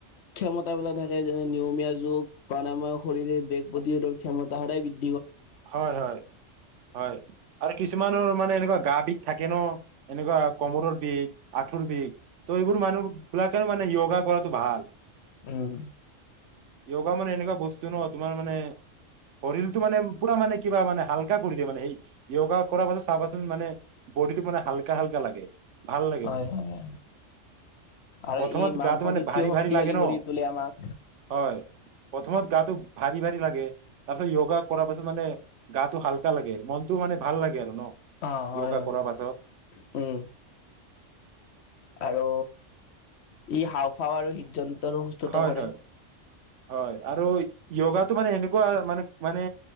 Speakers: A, on the left; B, on the right.
A: ক্ষমতাবিলাক যেনে নিয়মীয়া যুগ প্ৰানাময়ৰ শৰীৰে বেগ প্ৰতিৰোধৰ ক্ষমতা সদায় বদ্ধি।
B: হয়-হয়-হয়। আৰু কিছুমানৰ মানে এনেকুৱা গা বিষ থাকে ন এনেকুৱা কমৰৰ বিষ। আঠোৰ বিষ ত' এইবোৰ মানুহ, বিলাকে মানে য়গা কৰাটো ভাল।
A: উম
B: য়গা মানে এনেকুৱা বস্তু ন তোমাৰ মানে শৰীৰতটো মানে। পুৰা মানে কিবা মানে হাল্কা কৰি দিয়ে মানে সেই য়গা কৰাৰ পাছত চাবাচোন মানে বডটো মানে হালকা-হালকা লাগে। ভাল লাগে
A: হয়-হয়
B: মানে
A: আৰু
B: প্ৰথমত
A: এই মাংস
B: গাটো মানে
A: পেশীও
B: ভাৰী
A: শক্তিশালী
B: ভাৰী লাগে ন
A: কৰি তোলে আমাক।
B: হয় প্ৰথমত গাটো ভাৰি - ভাৰি লাগে তাৰপিছত য়োগা কৰা তাৰ পাছত মানে গাটো হাল্কা লাগে মনতো মানে ভাল লাগে আৰু ন।
A: অহ ' হয়
B: য়োগা
A: - হয়
B: কৰাৰ পাছত
A: উম। আৰু ই হাওফাও আৰু হৃদযন্তৰো সুস্থতা
B: হয়
A: কৰে।
B: হয় হয় আৰু য়োগাতটো মানে এনেকুৱা মানে - মানে